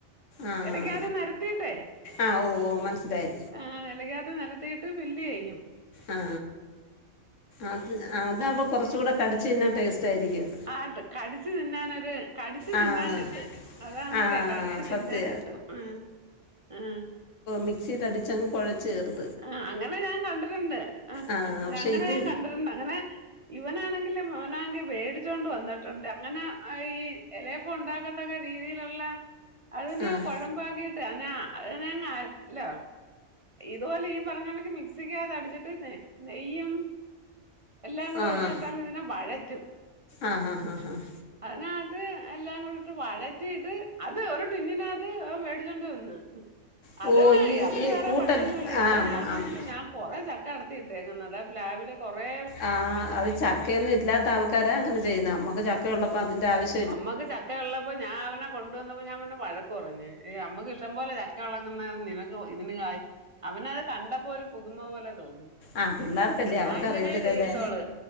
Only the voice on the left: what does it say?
ആഹ
ആഹ ഓ ഓ മനസ്സിലായി
ആ അത് അതാവുമ്പൾ കുറച്ച കൂടെ കടിച്ച് ന്നാൽ ടേസ്റ്റ് ആയിരിക്കും
ആഹ്
ആഹ്
സത്യ
മിക്സിൽ അടിച്ചങ് കുഴച്ച ചേർത്തു
ആഹ് പക്ഷെ
ഇത്
ആഹ്
ആഹ്
ആഹ് ആഹ് ആഹ് ആഹ്
ഓ
ഈ
ഈ
കൂട്ടല്ല
ആ
മ-
അം-
ആ അത് ചക്കയന്ന് ഇല്ലാത്ത ആൾക്കാരെ അങ്ങനെ ചെയ്യുന്ന നമ്മുക്ക് ചക്ക ഉള്ളപ്പോ അതിന്റെ ആവശ്യ
ആ പിള്ളേർക്കല്ലേ
അവർക്കറിയത്തില്ലല്ലേ